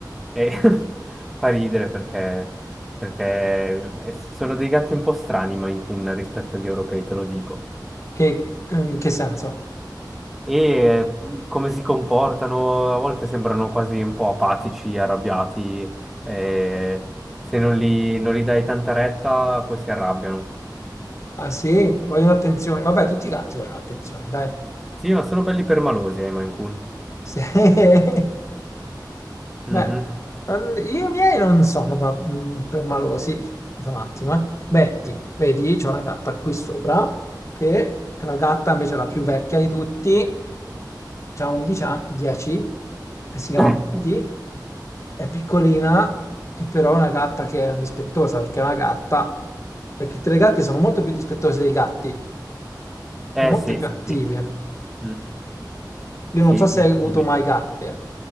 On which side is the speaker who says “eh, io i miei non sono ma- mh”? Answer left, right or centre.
Left